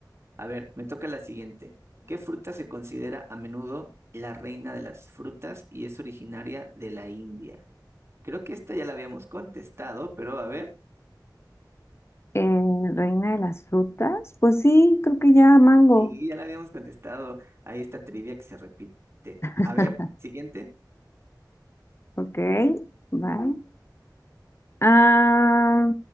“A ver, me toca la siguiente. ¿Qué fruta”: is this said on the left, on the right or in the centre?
Right